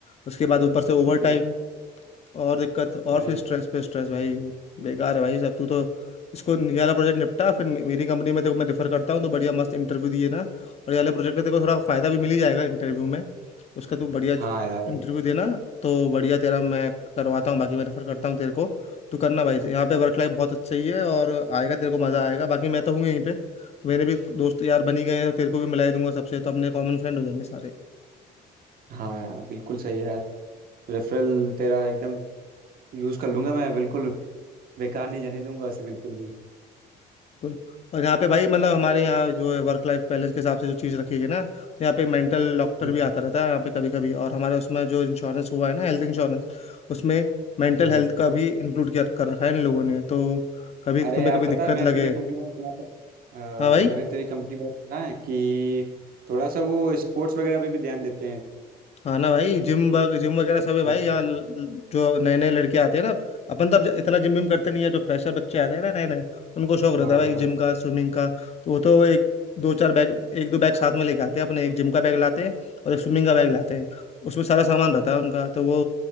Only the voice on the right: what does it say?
हम्म,
भाई
हाँ यार
हाँ यार बिल्कुल सही है यार रेफरल तेरा एकदम यूज़ कर लूंगा मैं बिल्कुल बेकार नहीं जाने दूंगा उसे बिल्कुल भी
हम्म,
हाँ
अरे
यार
पता
है मैं
तेरी कंपनी में सुना था
अ, मैंने तेरी कंपनी में सुना है कि थोड़ा सा वो स्पोर्ट्स वगैरह पे भी ध्यान देते हैं
हाँ
हाँ
हाँ